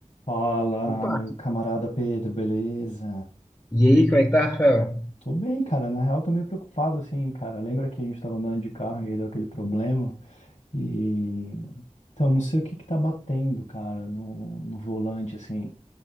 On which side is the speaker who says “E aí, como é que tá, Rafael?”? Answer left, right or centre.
Left